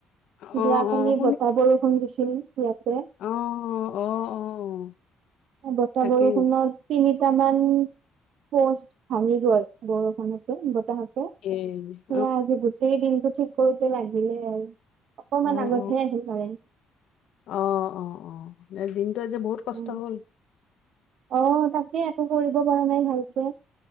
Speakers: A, on the left; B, on the right.
A: অ',
B: যোৱাকালি
A: অ',
B: বতাহ, বৰষুণ দিছিল ইয়াতে।
A: অ'অ' অ' অ'
B: অ'বতাহ
A: তাকে
B: বৰষুণত তিনিটামান পষ্ট ভাঙি গ'ল বৰষুণতে বতাহতে।
A: ইয়ে
B: সেয়া আজি গোটেই দিনটো ঠিক কৰোতে লাগিলে আৰু। অকমান
A: অ'
B: আগতহে আহিল কাৰেণ্ট।
A: অ'অ'অ'অ'অ' মানে দিনটো আজি বহুত কষ্ট
B: উম,
A: হ'ল?
B: অ' তাকে একো কৰিব পৰা নাই ভালকে